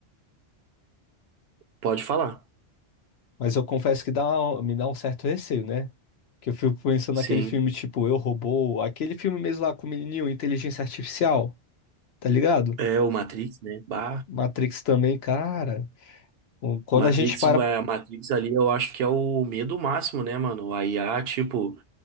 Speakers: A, on the right (about 65°); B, on the left (about 65°).
A: Pode falar.
B: Mas eu confesso que dá, me dá um certo receio, né? Que eu fico pensando
A: Sim.
B: naquele filme tipo Eu, Robô, aquele filme mesmo lá com o menininho, Inteligência Artificial, tá ligado?
A: É o Matrix, né? Bah.
B: Matrix também, cara. o- Quando
A: Matrix,
B: a gente para.
A: é, a Matrix ali eu acho que é o medo máximo, né, mano? A IA, tipo,